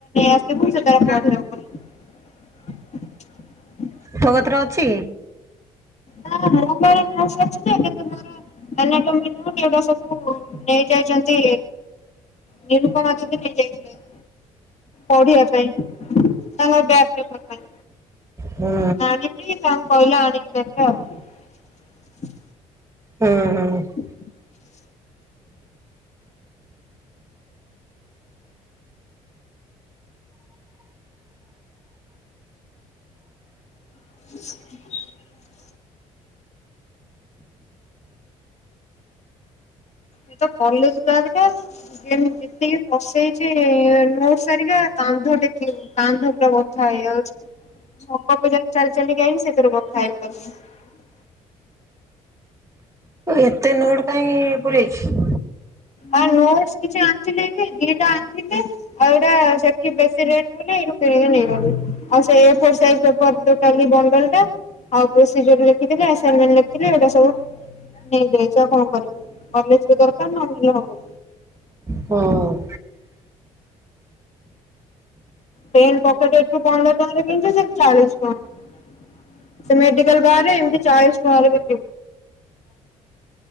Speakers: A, on the left; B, on the right.
A: ଆସ ବଲ ସୋର <unintelligible>
B: ତୋ କତିରେ ଅଛି?
A: ହଁଛ କିନ୍ତୁ ମୋରଟା ସବୁ <unintelligible> ନେଇ ଯାଇଛନ୍ତି, ନିରୁପମା ଦିଦି ନେଇଯାଇଥିଲେ । ପଢିବା ପାଇଁ ତାଙ୍କର ବ ପାଇଁ <unintelligible>
B: ହୁଁ
A: ଆଣିନି, ତାଙ୍କୁ କହିଲେ ଆଣିକି ଦେବେ।
B: ହୁଁ ହୁଁ ।
A: ହ <unintelligible> <unintelligible> ଏ ତ କଲେଜ ବ୍ୟଗ ଟା ଯେତିକି ପସେଇଛି ନୋଟସ ହେରିକା କାନ୍ଧ ଟେକି ହଉନି, କାନ୍ଧ ପୁରାବଥା ହେଇଯାଉଛି । ଛକ ପଜନ ଚାଲି ଚାଲିଆଇଲି, ସେଥିରୁ କଥା ହେଇ <unintelligible>
B: ଏତେ ନୋଟ କାହିଁ ପୁରେଇଛି?
A: ଆଉ ନୋଟସ କିଛି ଆଣିଥିଲି କି, ଦିଟା ଆଣିଥିଲି ଆଉ ଏଟା ସେଠି ବେଶୀ ରେଟ ନେଇ ଆଉାଲା <unintelligible> ଆଉ ପ୍ରୋସିଜିର ଲେଖିଥିଲେ, ଆସନମେଣ୍ଟ ଲେଖିଥିଲେ ଏଇଟା ସବୁ ନେଇଯାଇଛ ଆଉ କଣ କରିବୁ? କଲେଜେ ଦରକାର ନା ନହଲେ ହବ
B: ହଁ
A: ପେନ ପକଟ ଏଠି ପନ୍ଦର ଟଙ୍କାରେ କିଣି ଥିଲି, ସେଠି ଚାଳିଶ ଟଙ୍କା। ସେ ମେଡିକାଲ ବାହାରେ ଏମିତି ଚାଳିଶ ଟଙ୍କା